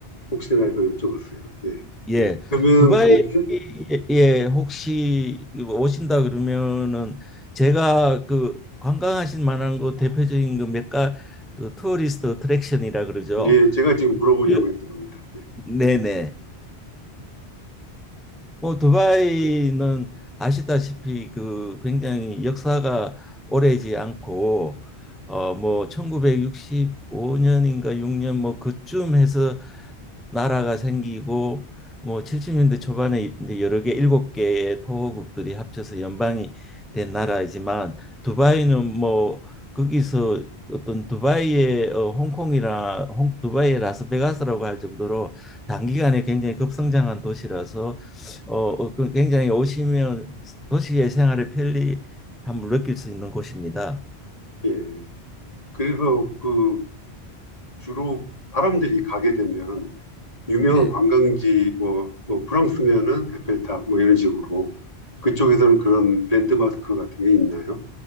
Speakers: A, on the left; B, in the centre.
A: 혹시나 해서 여쭤봤어요. 예.
B: 예.
A: 그러면
B: 두바이에
A: 거기,
B: 예, 혹시 오신다 그러면은 제가 그 관광하실 만한 거 대표적인 그 몇가 그 투어리스트 어트랙션이라 그러죠.
A: 예, 제가 지금 물어보려고
B: 예.
A: 했던 겁니다. 예.
B: 네네. 뭐 두바이는 아시다시피 그 굉장히 역사가 오래지 않고 어 뭐 1965년인가 6년 뭐 그쯤 해서 나라가 생기고 뭐 70년대 초반에 이제 여러 개 일곱 개의 토호국들이 합쳐서 연방이 된 나라이지만 두바이는 뭐 거기서 어떤 두바이의 어, 홍콩이나 홍, 두바이의 라스베가스라고 할 정도로 단기간에 굉장히 급성장한 도시라서 어, 어, 그 굉장히 오시면 도시의 생활의 편리함을 느낄 수 있는 곳입니다.
A: 예. 그래서 그 주로 사람들이 가게 되면 유명한
B: 네.
A: 관광지 뭐, 뭐 프랑스면은 에펠탑 뭐 이런 식으로 그쪽에서는 그런 랜드마크 같은 게 있나요?